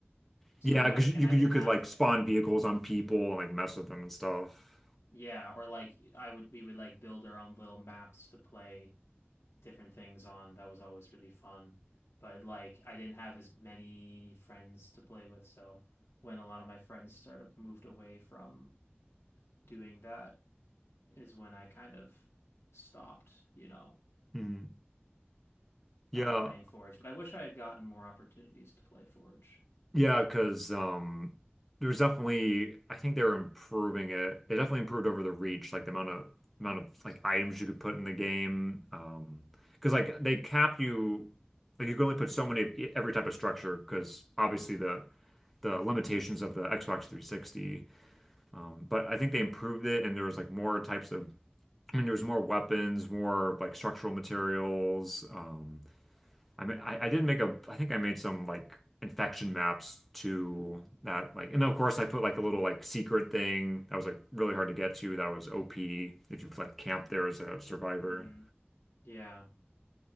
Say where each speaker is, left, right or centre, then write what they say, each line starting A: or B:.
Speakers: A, on the left; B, in the centre.
A: So
B: yeah,
A: like,
B: because you
A: and I
B: could
A: didn't
B: you could
A: have,
B: like spawn vehicles on people and like mess with them and stuff.
A: yeah, or like I would we would like build our own little maps to play different things on. That was always really fun. But like I didn't have as many friends to play with, so when a lot of my friends started moved away from doing that is when I kind of stopped, you know,
B: Mhm. Yeah.
A: um, playing Forge. But I wish I had gotten more opportunities to play Forge.
B: Yeah, because um, there was definitely I think they were improving it. They definitely improved over the Reach, like the amount of amount of like items you could put in the game. Um, because like they cap you, like you can only put so many of e- every type of structure. Because obviously the the limitations of the Xbox 360. Um, but I think they improved it, and there was like more types of. I mean, there was more weapons, more like structural materials. Um, I mean, I, I did make a, I think I made some like infection maps to that, like, and then of course I put like a little like secret thing that was like really hard to get to. That was OP if you like camp there as a survivor.
A: hmm Yeah.